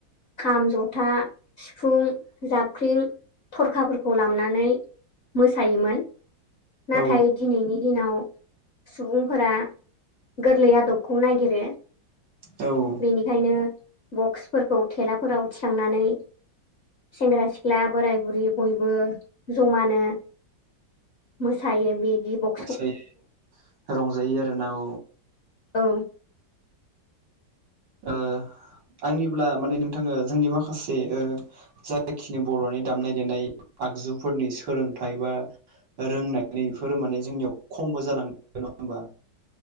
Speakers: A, on the left; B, on the right.
A: खाम जथा सिफुं जाबख्रिं थरखाफोरखौ लालामनानै मोसायोमोन नाथाय
B: औ
A: दिनैनि' दिनाव सुबुंफोरा गोरलै आदबखौ नागिरो।
B: औ
A: बेनिखायनो बक्सफोरखौ थेलाफोराव थिखांनानै सेंग्रा सिख्ला बोराय बुरि बयबो जमानो। मोसायो बे ब
B: मोसायो रंजायो आरोना औ
A: औ
B: अ आंनिब्ला माने नोंथाङो जोंनि माखासे जायाखिनि बर'नि दामनाय देनाय आगजुफोरनि सोलोंथाइ बा रोंनायफोर माने जोंनियाव खमबो जालां नङा होमबा